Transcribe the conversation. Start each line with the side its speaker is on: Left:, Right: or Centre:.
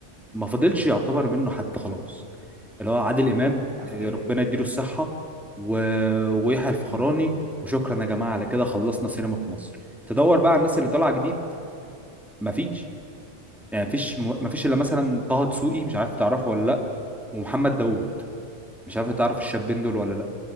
Centre: ما فضلش يعتبر منه حد خلاص
Left: أمم،
Centre: اللي هو عادل امام
Left: حرفيا
Centre: آه، ربنا يديله الصحه و... ويحيى الفخراني
Left: امين
Centre: وشكرا يا جماعه على كده خلصنا سينما في مصر تدور بقى على الناس اللي طالعه جديد مفيش يعني مفيش م- مفيش الا مثلا طه دسوقي مش عارف تعرفه ولا لا ومحمد داوود مش عارف تعرف الشابين دول ولا لا